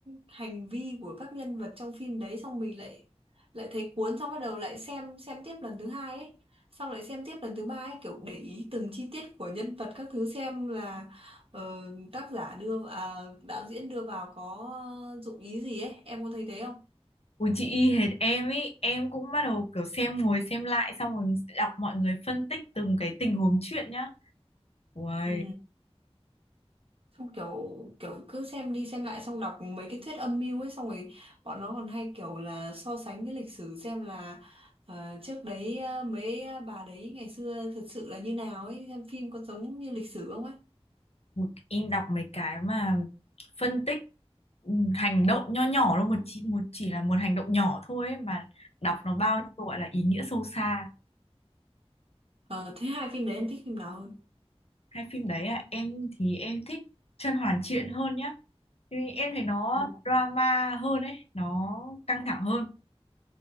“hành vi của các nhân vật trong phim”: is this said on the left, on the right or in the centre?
Right